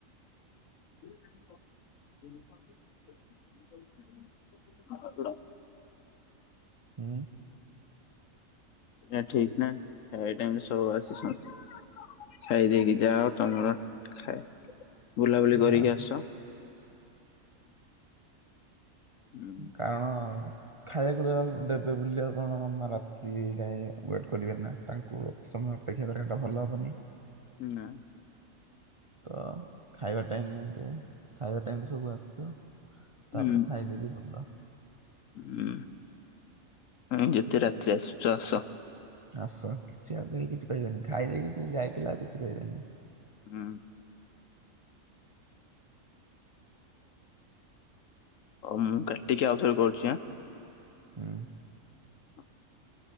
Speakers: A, on the left (about 70°); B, on the right (about 35°).
A: ହ <inaudible> <inaudible>
B: ହୁଁ।
A: ଏଟ ଠିକ ନା ଖାଇବା ଟାଇମରେ ସବୁ ଆସି ସମସ୍ତେ ଖାଇ ଦେଇକି ଯାଅ ତମର ଖାଏ। ବୁଲାବୁଲି
B: ହଁ
A: କରିକି ଆସ। ହୁଁ
B: କାରଣ। ଖାଇବାକୁ ଦେବାକୁ ଦେବେ ବୋଲି ଆଉ କଣ ରାତି ଯାଏ ୱେଟ କରିବାନି ନା ତାଙ୍କୁ ଏତେ ସମୟ ଅପେକ୍ଷା କରିବା ଏଟା ଭଲ ହବନି।
A: ନା।
B: ତ ଖାଇବା ଟାଇମ <unintelligible> ଖାଇବା ଟାଇମରେ ସବୁ ଆସିଛ।
A: ହୁଁ।
B: ତାପରେ ଖାଇ ଦେଇକି ପିଲ।
A: ହୁଁ ଆ ଯେତେ ରାତିରେ ଆସୁଛ ଆସ।
B: ଆସ କିଛି ଆଉ କେ କିଛି କହିବନି ଖାଇଦେଇକି ଯାଇଥିଲ ଆଉ କିଛି କହିବନି।
A: ହୁଁ। ହଉ ମୁଁ କାଟିକି ଆଉଥରେ କରୁଛି ଆଁ।
B: ହୁଁ।
A: <inaudible>